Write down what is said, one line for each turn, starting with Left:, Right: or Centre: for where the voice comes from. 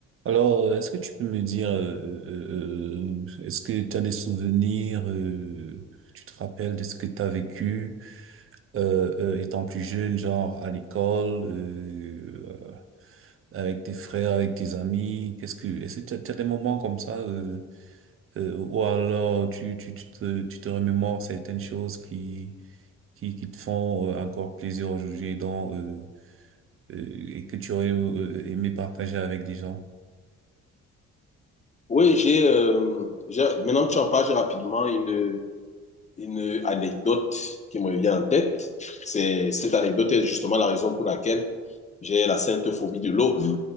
Right: Alors, euh, est-ce que tu peux me dire, euh, euh, euh, est-ce que tu as des souvenirs, euh, tu te rappelles de ce que tu as vécu euh, euh, étant plus jeune, genre à l'école, euh, euh, avec tes frères, avec tes amis? Qu'est-ce que, est-ce que tu as, tu as des moments comme ça, euh, euh, ou alors tu, tu, tu te, tu te remémores certaines choses qui, qui, qui te font euh, encore plaisir aujourd'hui, donc, euh, euh, et que tu aurais euh, aimé partager avec des gens?
Left: Oui, j'ai, euh, j'ai- maintenant que tu en parles, j'ai rapidement une, une anecdote qui me vient en tête. C'est, cette anecdote est justement la raison pour laquelle j'ai la sainte phobie de l'eau.